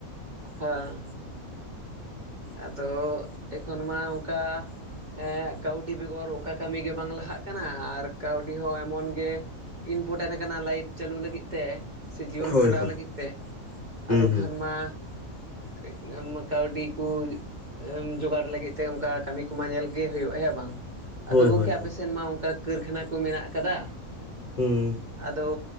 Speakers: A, on the right; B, on the left.
A: ᱦᱮᱸ ᱟᱫᱚ ᱮᱠᱷᱚᱱ ᱢᱟ ᱚᱝᱠᱟ ᱮ ᱠᱟᱹᱣᱰᱤ ᱵᱮᱜᱚᱨ ᱚᱠᱟ ᱠᱟᱹᱢᱤ ᱜᱮ ᱵᱟᱝ ᱞᱟᱦᱟᱜ ᱠᱟᱱᱟ ᱟᱨ ᱠᱟᱹᱣᱰᱤ ᱦᱚᱸ ᱮᱢᱚᱱ ᱜᱮ ᱤᱱᱯᱚᱴᱮᱱ ᱟᱠᱟᱱᱟ ᱞᱟᱭᱤᱯᱷ ᱪᱟᱹᱞᱩ ᱞᱟᱹᱜᱤᱫ ᱛᱮ᱾ ᱥᱮ ᱡᱤᱣᱚᱱ
B: ᱦᱳᱭ
A: ᱠᱷᱟᱸᱰᱟᱣ
B: ᱦᱳᱭ
A: ᱞᱟᱹᱜᱤᱫ ᱛᱮ
B: ᱦᱩᱸ
A: ᱟᱫᱚ
B: ᱦᱩᱸ
A: ᱠᱷᱟᱱ ᱢᱟ <unintelligible> ᱠᱟᱣᱰᱤ ᱠᱩ ᱮᱢ ᱡᱚᱜᱟᱲ ᱞᱟᱹᱜᱤᱫ ᱛᱮ ᱚᱝᱠᱟ ᱠᱟᱹᱢᱤ ᱠᱚᱢᱟ ᱧᱮᱞ ᱜᱮ ᱦᱩᱭᱩᱜᱼᱟ᱾ ᱦᱮᱸ ᱵᱟᱝ᱾ ᱟᱫᱚ
B: ᱦᱳᱭ
A: ᱜᱚᱝᱠᱮ
B: ᱦᱳᱭ
A: ᱟᱯᱮ
B: ᱦᱳᱭ
A: ᱥᱮᱱ ᱢᱟ ᱚᱝᱠᱟ ᱠᱟᱹᱨᱠᱷᱟᱱᱟ ᱠᱚ ᱢᱮᱱᱟᱜ ᱟᱠᱟᱫᱟ?
B: ᱦᱩᱸ᱾
A: ᱟᱫᱚ